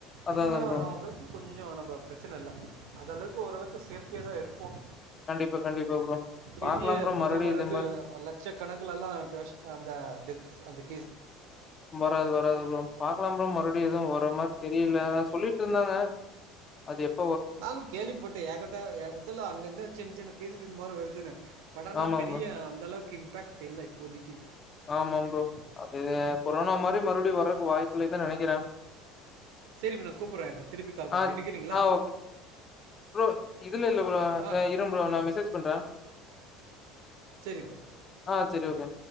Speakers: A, on the left; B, on the right.
A: அதா
B: இதுக்கு
A: அதா
B: மேல வரவுங்களுக்கு
A: ப்ரோ
B: கொஞ்சோ நம்ம பிரச்சன இல்ல அந்தளவுக்கு ஓரளவுக்கு சேஃப்டியா தா இருப்போம்.
A: கண்டிப்பா கண்டிப்பா ப்ரோ
B: பெரிய
A: பாக்கலாம் ப்ரோ
B: முன்ன
A: மறுபடியு
B: மாரி
A: இதே
B: வந்து லட்ச கணக்குலலா கேஷ் அந்த டெத் அது
A: வராது-வராது ப்ரோ பாக்கலாம் ப்ரோ மறுபடியும் எதுவு வர்ர மாரி தெரியல சொல்லிட்ருந்தாங்க அது எப்
B: நானு கேள்வி பட்டே ஏகட்ட எடத்துல அங்கங்க சின்- சின்ன கேஸ் இது மாரி வருதுன்னு சடனா
A: ஆமா
B: பெரிய
A: ப்ரோ
B: அந்தளவுக்கு இம் இம்பாக்ட் இல்ல இப்போதிக்கி
A: ஆமாம் ப்ரோ அது கொரோனா மாரி மறுபடியும் வர்றக்கு வாய்ப்பு இல்லைனுதா நெனக்கிறே
B: சரி இப்போ நான் கூப்பிட்றேன் இருங்க திருப்பி கால் பண்ணுறேன்
A: ஆஹ்-ஆஹ்
B: எடுக்கிறீங்களா
A: ஓகே ப்ரோ இதுல இல்ல ப்ரோ
B: ஆ
A: இருங்க ப்ரோ நா மெசேஜ் பண்றன்
B: சரி ப்ரோ
A: ஆஹ் சரி ஓகே